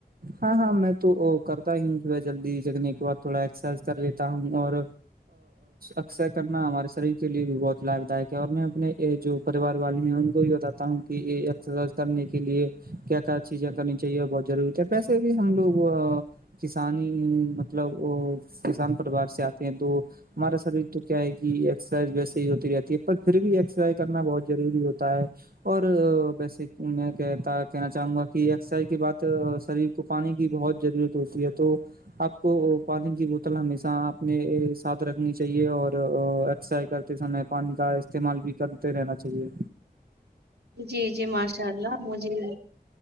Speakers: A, on the right; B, on the right.
A: ہاں ہاں میں تو کرتا ہی ہوں تھا جلدی جگنے کے بعد تھوڑا ایکسرسائز کر لیتا ہوں اور اکثر کرنا ہمارے شریر کے لیے بھی بہت لابھ دائیک ہے اور میں اپنے جو پریوار والے ہیں ان کو بھی بتاتا ہوں کہ یہ ایکسرسائز کرنے کے لیے کیا کیا چیزیں کرنی چاہیے اور بہت ضروری کی پیسے بھی ہم لوگ کسان ہی مطلب وہ کسان پروار سے آتے ہیں تو ہمارا شریر تو کیا ہے کہ ایکسرسائز ویسے ہی ہوتی رہتی ہے پر پھر بھی ایکسرسائز کرنا بہت ضروری ہوتا ہے اور ویسے میں کہتا کہنا چاہوں گا کہ اسائی کی بات شریر کو پانی کی بہت ضرورت ہوتی ہے تو آپ کو پانی کی بوتل ہمیشہ آپنے ساتھ رکھنی چاہیے اوراکسرسیز سمے پانی کا استعمال بھی کرتے رہنا چاہیے
B: جی جی ماشاء اللہ مجھے